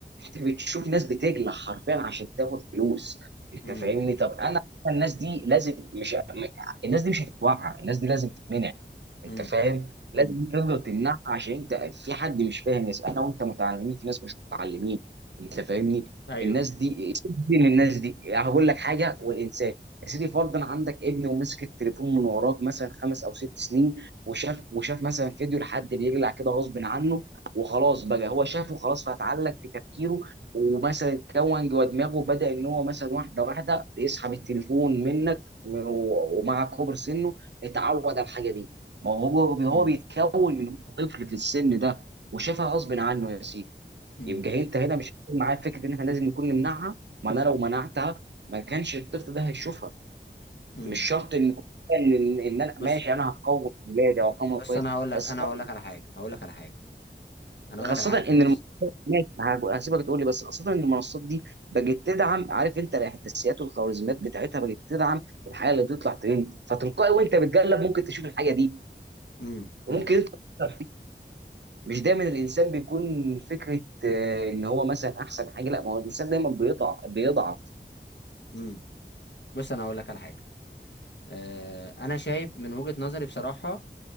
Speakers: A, on the right; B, on the left.
A: انت بتشوف ناس بتجلع حرفيا عشان تاخد فلوس انت
B: امم
A: فاهمني طب انا الناس دي لازم مش الناس دي مش هتتوعى الناس دي لازم تتمنع انت
B: امم
A: فاهم لازم
B: امم
A: انت تقدر تمنعها عشان انت في حد مش فاهم ناس انا وانت متعلمين في ناس مش متعلمين انت فاهمني
B: ايوه
A: الناس دي سيبني من الناس دي هقول لك حاجه والانسان يا سيدي فرضا عندك ابن ومسك التليفون من وراك مثلا خمس او ست سنين وشاف وشاف مثلا فيديو لحد بيجلع كده غصب عنه وخلاص بقى هو شافه خلاص فاتعلق في تفكيره ومثلا كون جوه دماغه وبدا ان هو مثلا واحده واحده يسحب التليفون منك و- ومع كبر سنه اتعود على الحاجه دي ما هو هو
B: امم
A: بيتكون من هو طفل في السن ده وشافها غصب عنه يا سيدي
B: امم
A: يبقى انت هنا مش هتكون معايا في فكره ان احنا لازم نكون نمنعها ما انا لو منعتها ما كانش الطفل ده هيشوفها
B: امم
A: مش شرط ان ان ان إن انا
B: بص
A: ماشي انا هقوم ولادي او هقوم
B: بص
A: اخواتي
B: انا هقول لك
A: بس
B: انا
A: فعلا
B: هقول لك على حاجه هقول لك على حاجه انا هقول
A: خاصه
B: لك على حاجه
A: ان
B: كويس
A: الم... ماشي هج- هسيبك تقول لي بس خاصه ان المنصات دي بقت تدعم عارف انت الاحداثيات والخوارزميات بتاعتها بقت تدعم الحاجه اللي بتطلع ترند فتلقائي وانت بتقلب ممكن تشوف الحاجه دي
B: امم
A: وممكن
B: امم
A: انت مش دايما الانسان بيكون فكره آه، ان هو مثلا احسن حاجه لا ما هو الانسان دايما بيضعف بيضعف
B: امم بص انا هقول لك على حاجه آه، انا شايف من وجهه نظري بصراحه